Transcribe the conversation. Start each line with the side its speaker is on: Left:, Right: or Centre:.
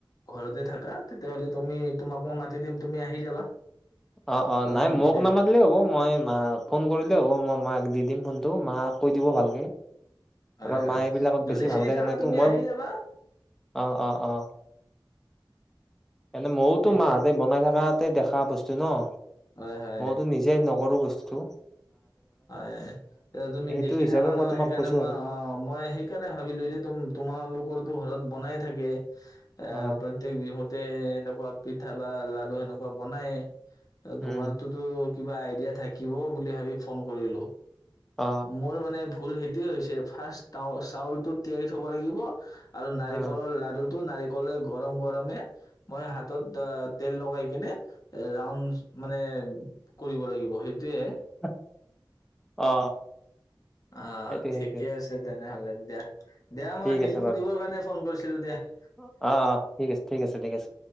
Left: ঘৰতে থাকা, তেতিয়াহ'লে তুমি, তোমাক মই মাতি দিম। তুমি আহি যাবা।
Centre: অ' অ'
Left: অলপমান
Centre: নাই মোক
Left: দে
Centre: নামাতিলেই হ'ব। মই মা ফোন কৰিলেই হ'ব। মই মাক দি দিম, ফোনটো। মাক কৈ দিব ভালকে।
Left: হয়
Centre: আমাৰ
Left: হয়
Centre: মা এইবিলাকত
Left: যদি
Centre: বেছি
Left: ফ্ৰী
Centre: ভালকে
Left: থাকা
Centre: জানেতো
Left: তুমি
Centre: মই
Left: আহি যাবা
Centre: অ অ অ এনে মওতো,
Left: সেই
Centre: মা হতে যে বনাই থকাতে দেখা বছ <unintelligible>
Left: হয় হয়
Centre: ম তো নিজে ন। সৰু বস্তু।
Left: হয় এ, এতিয়া তুমি
Centre: সেইটো
Left: দেখি
Centre: হিচাপে
Left: থাকা
Centre: মই
Left: ন,
Centre: তোমাক
Left: সেইকাৰণে
Centre: কৈছো
Left: মই,
Centre: আৰু
Left: অ', অ', মই সেইকাৰণে ভাবিলো যে, তুম তোমালোকৰতো ঘৰত বনাই থাক <inaudible> এ,
Centre: অ
Left: প্ৰত্যেক বিহুতে এনেকুৱা পি ঠা বা লাৰু, সেনেকুৱা বনাইয়ে। হ,
Centre: উম
Left: তোমাৰটোতো কিবা আইডিয়া থাকিবও বুলি ভাবি ফণ কৰিলোঁ
Centre: অ
Left: মোৰ মানে ভুল সেইটোৱে হৈছে। ফাৰ্ষ্ট, টা, চাউলটো তিয়াই থ'ব লাগিব। আৰু নাৰিকলৰ
Centre: অ অ
Left: লাৰুটো, নাৰি ক'লে গৰম গৰমে মই হাতত তেল লগাই কেনে এ, ৰাওণ্ডছ মানে কৰিব লাগিব, সেইটোয়ে।
Centre: অ অ
Left: অ',
Centre: সেইটোৱে
Left: ঠিকে
Centre: সেইটোৱে
Left: আছে তেনেহ'লে। দিয়া দিয়া মই
Centre: ঠিক
Left: সেইটো
Centre: আছে বাৰু
Left: সুধিবৰ কাৰণে ফোন কৰিছিলোঁ। <unintelligible>
Centre: অ', অ', ঠিক আছে। ঠিক আছে। ঠিক আছে।